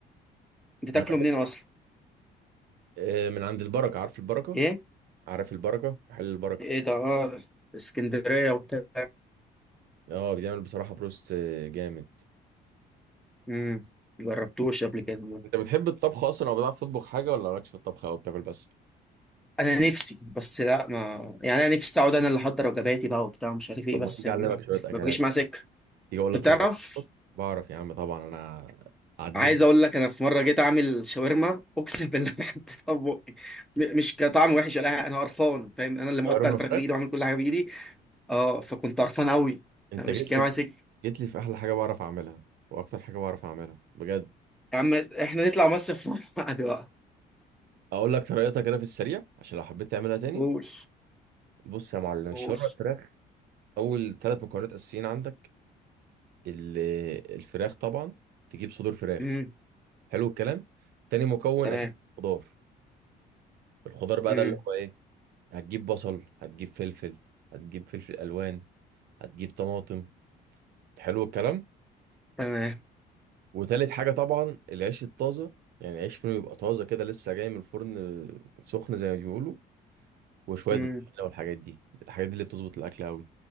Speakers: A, in the centre; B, on the right.
A: بتاكله
B: انا بحب
A: منين اصلا
B: آه، من عند البركة عارف البركة
A: ايه
B: عارف البركة محل البركة
A: ايه ده اه اسكندريه وبتاع
B: اه بيعمل بصراحة بروست آه، جامد
A: امم جربتوش قبل كده
B: انت بتحب الطبخ اصلا او بتعرف تطبخ حاجة ولا مالكش في الطبخ او بتاكل بس
A: انا نفسي بس لا ما يعني انا نفسي اقعد انا اللي احضر وجباتي بقى وبتاع مش عارف ايه
B: طب
A: بس
B: ما تيجي
A: ما,
B: اعلمك شوية اكلات
A: ما بجيش مع سكه
B: تيجي اقول لك
A: انت بتعرف
B: شوية وصفات؟ بعرف يا عم طبعا انا عديت
A: عايز
B: في
A: اقول لك انا في مره جيت اعمل شاورما اقسم بالله <laughs> ما حطيتها في بقي م- مش كطعم وحش ولا حاجة، انا قرفان فاهم انا اللي مقطع
B: شاورما
A: الفراخ
B: فراخ
A: بايدي وعامل كل حاجه بايدي اه فكنت قرفان قوي
B: انت
A: انا مش
B: جيت
A: جاي
B: لي
A: مع سكه
B: جيت لي في احلى حاجة بعرف اعملها واكتر حاجة بعرف اعملها بجد
A: يا عم احنا نطلع مصيف مع بعض بقى
B: اقول لك طريقتها كده في السريع عشان لو حبيت تعملها تاني
A: قول
B: بص يا معلم الشاورما
A: قول
B: الفراخ اول ثلاث مكونات اساسيين عندك ال- الفراخ طبعا تجيب صدور فراخ
A: امم
B: حلو الكلام تاني مكون
A: تمام
B: اساسي الخضار الخضار بقى
A: امم
B: ده اللي هو ايه هتجيب بصل هتجيب فلفل هتجيب فلفل الوان هتجيب طماطم حلو الكلام
A: تمام
B: وتالت حاجه طبعا العيش الطازه يعني عيش فينو يبقى طازه كده لسه جاي من الفرن آه، سخن زي ما بيقولوا وشويه
A: امم
B: الطحينه والحاجات دي الحاجات دي اللي بتظبط الاكل قوي